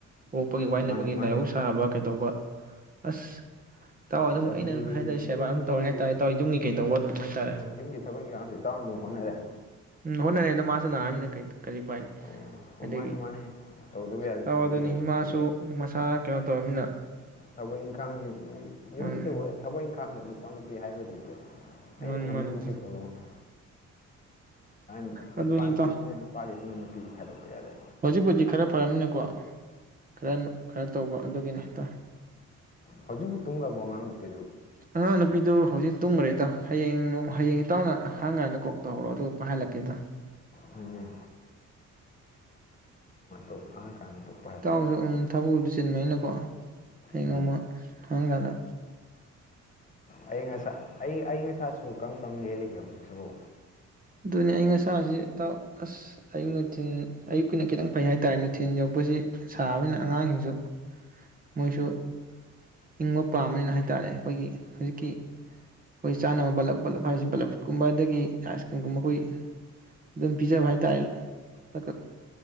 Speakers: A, on the right; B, on the left.
A: ꯑꯣꯛꯄꯒꯤ ꯋꯥꯏꯅꯕꯒꯤ
B: ꯃꯥꯅꯦ ꯃꯥꯅꯦ
A: ꯂꯥꯏꯍꯧ ꯁꯥꯕ ꯀꯩꯗꯧꯕ ꯑꯁ ꯏꯇꯥꯎ ꯑꯗꯨꯝ
B: ꯑꯁ ꯑꯗꯨꯗꯤ
A: ꯑꯩꯅ ꯑꯗꯨꯝ ꯍꯥꯏꯇꯥꯔꯦ ꯁꯦꯕꯥ
B: ꯌꯨꯝꯒꯤ
A: ꯑꯗꯨꯝ ꯇꯧꯔꯦ ꯍꯥꯏꯇꯥꯔꯦ ꯏꯇꯥꯎ ꯌꯨꯝꯒꯤ ꯀꯩꯗꯧꯕ
B: ꯌꯨꯝ
A: ꯑꯗꯨꯝ ꯍꯥꯏꯇꯥꯔꯦ
B: ꯌꯨꯝꯒꯤ ꯊꯕꯛ ꯏꯟꯈꯥꯡꯁꯨ ꯏꯇꯥꯎꯅ ꯑꯗꯨꯝ ꯍꯣꯠꯅꯔꯑꯦ
A: ꯍꯣꯠꯅꯔ ꯑꯗꯣ ꯃꯥꯁꯨ ꯅꯥꯔꯝꯃꯤꯅꯤ ꯀ ꯀꯔꯤ ꯄꯥꯏ
B: ꯑꯣ ꯑꯣ
A: ꯑꯗꯒꯤ
B: ꯃꯥꯅꯤ ꯃꯥꯅꯤ ꯇꯧꯗꯕ ꯌꯥꯗꯦ
A: ꯇꯥꯎ
B: ꯇꯧꯗꯕ
A: ꯑꯗꯨꯅꯤ
B: ꯌꯥꯗꯦ
A: ꯏꯤꯃꯥꯁꯨ
B: ꯁꯤꯗ
A: ꯃꯁꯥ ꯀꯩꯅꯣ ꯇꯣꯝꯅ
B: ꯊꯕꯛ ꯏꯪꯈꯥꯡ ꯌꯨꯝꯒꯤꯗ
A: ꯎꯝ
B: ꯑꯣꯏꯔꯦ ꯊꯕꯛ ꯏꯪꯈꯥꯡꯗ ꯅꯨꯄꯥ ꯅꯨꯄꯤ ꯍꯥꯏꯕ ꯂꯩꯇꯦ
A: ꯃꯥꯅꯤ
B: ꯑꯩꯅ ꯉꯝꯅꯤꯡ
A: ꯃꯥꯅꯤ
B: ꯃꯈꯩ
A: ꯏꯇꯥꯎ
B: ꯇꯧꯗꯧꯅꯤ ꯅꯨꯄꯥ
A: ꯑꯗꯨꯅꯤ
B: ꯅꯨꯄꯤꯁꯤꯅ
A: ꯏꯇꯥꯎ
B: ꯅꯨꯄꯥꯒꯤꯁꯤꯅ ꯅꯨꯄꯤ ꯈꯥꯏꯗꯣꯛꯄ ꯌꯥꯗꯦ
A: ꯍꯧꯖꯤꯛꯄꯨꯗꯤ ꯈꯔ ꯐꯔꯝꯅꯤꯅꯀꯣ ꯈꯔ ꯈꯔ ꯇꯧꯕ ꯑꯗꯨꯒꯤꯅꯤ ꯍꯥꯏꯇꯥꯔꯦ
B: ꯍꯧꯖꯨꯕꯨ ꯇꯨꯡꯒꯕꯉꯅ ꯀꯣ
A: ꯑꯉꯥꯡ ꯅꯨꯄꯤꯗꯨ ꯍꯧꯖꯤꯛ ꯇꯨꯝꯈ꯭ꯔꯦꯗꯣ ꯍꯌꯦꯡ ꯍꯌꯦꯡ ꯏꯇꯥꯎꯅ ꯑꯍꯥꯡ ꯀꯥꯟꯗ ꯀꯣꯛ ꯇꯧꯍꯧꯔꯑꯣ ꯑꯗꯨꯒ ꯄꯥꯏꯍꯜꯂꯛꯀꯦꯗꯣ
B: ꯍꯣꯏꯅꯤ ꯇꯣꯛ ꯍꯥꯡꯉꯀꯥꯟꯗ ꯇꯣꯛꯄ
A: ꯏꯇꯥꯑꯣ
B: ꯍꯥꯏꯕ꯭ꯔꯣ
A: ꯊꯕ ꯆꯤꯟꯕꯩꯅꯀꯣ ꯍꯌꯦꯡ
B: ꯎꯝ
A: ꯅꯣꯡꯃ ꯍꯪꯥꯡ ꯀꯥꯟꯗ
B: ꯑꯩ ꯉꯁꯥ ꯑꯩ ꯑꯩ ꯉꯁꯥꯁꯨ ꯀꯔꯝ ꯀꯔꯝ ꯂꯦꯜꯂꯤꯒꯦ ꯍꯧꯖꯤꯛꯁꯤꯕꯨ
A: ꯑꯗꯨꯅꯤ ꯑꯏꯪ ꯑꯁꯥꯁꯤꯇ ꯑꯁ ꯑꯌꯨꯛ ꯅꯨꯡꯊꯤꯤꯟ ꯑꯌꯨꯛꯀꯤꯅ ꯈꯤꯇꯪ ꯐꯩ ꯍꯥꯏ ꯇꯥꯔꯦ ꯅꯨꯡꯊꯤꯤꯟ ꯌꯣꯛꯄꯁꯤ ꯁꯥꯕꯅꯤꯅ ꯑꯉꯥꯡꯁꯤꯡꯁꯨ ꯃꯣꯏꯁꯨ ꯏꯪꯕ ꯄꯥꯝꯕꯅꯤꯅ ꯍꯥꯏ ꯇꯥꯔꯦ ꯑꯩꯈꯣꯏꯒꯤ ꯍꯧꯖꯤꯛꯀꯤ ꯑꯩꯈꯣꯏ ꯆꯥꯅꯕ ꯕꯂꯞ ꯕꯂꯞ ꯍꯥꯏꯁꯦ ꯕꯂꯞ ꯀꯨꯝꯕ ꯑꯗꯒꯤ ꯑꯥꯏꯁ ꯀ꯭ꯔꯤꯝꯒꯨꯝꯕ ꯑꯩꯈꯣꯏ ꯑꯗꯨꯝ ꯄꯤꯖꯕ ꯍꯥꯏ ꯇꯥꯔꯦ